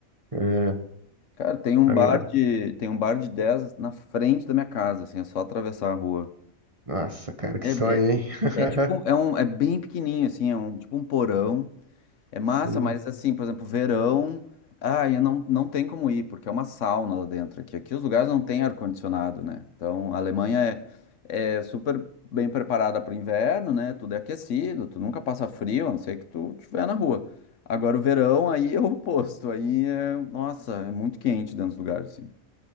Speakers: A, on the right; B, on the left.
A: É,
B: Cara, tem um
A: agora.
B: bar de, tem um bar de 10 na frente da minha casa, assim, é só atravessar a rua.
A: Nossa, cara, que
B: É,
A: sonho,
B: é,
A: hein? <laughs>
B: é tipo, é um, é bem pequenininho, assim, é um, tipo um porão, É massa,
A: Sim,
B: mas assim, por exemplo, verão, ai, não, não tem como ir, porque é uma sauna lá dentro aqui. Aqui os lugares não têm ar-condicionado, né? Então a Alemanha é, é super bem preparada para o inverno, né? Tudo é aquecido, tu nunca passa frio, a não ser que tu estiver na rua. Agora o verão aí é o oposto, aí é, nossa, é muito quente dentro dos lugares, assim.